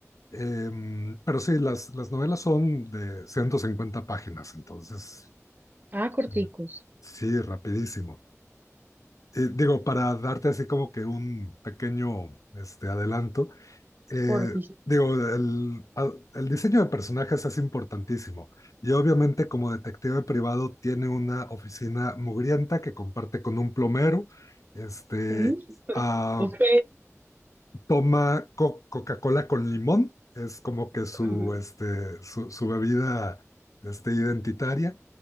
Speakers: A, on the left; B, on the right.
A: Em, pero sí, las, las novelas son de 150 páginas, entonces,
B: Ah, corticos.
A: eh, sí, rapidísimo eh, digo, para darte así como que un pequeño este, adelanto, eh,
B: Porfis.
A: digo, el, a- el, diseño de personajes es importantísimo y obviamente como detective privado tiene una oficina mugrienta que comparte con un plomero, este,
B: Mm,
A: uh,
B: Ok.
A: toma co Coca-Cola con limón, es como que su,
B: Mm,
A: este, su, su bebida este, identitaria